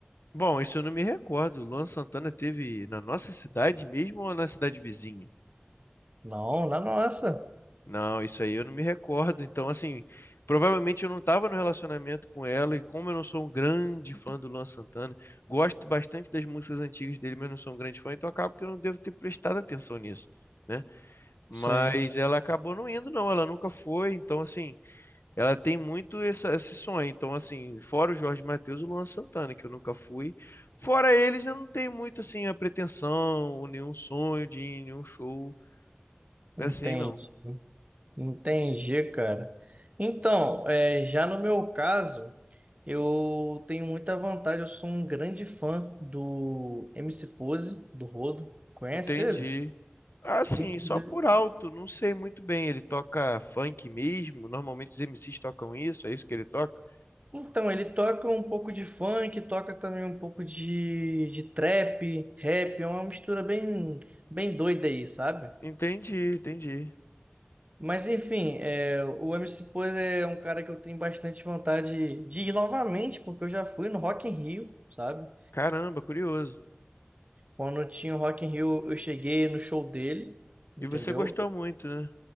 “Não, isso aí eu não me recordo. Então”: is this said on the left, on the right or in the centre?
Left